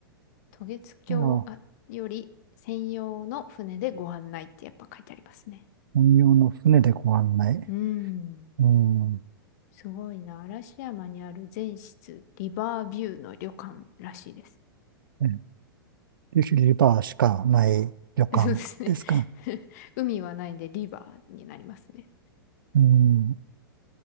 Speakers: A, on the left; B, on the right.
A: 渡月橋あより専用の船でご案内ってやっぱ書いてありますね。
B: いや本用の船でご案内。
A: うん、
B: うん、
A: すごいな。嵐山にある全室リバービューの旅館らしいです。
B: えリバーしかない旅館ですか。
A: <laughs> そうですね。<laughs> 海はないんでリバーになりますね。
B: うん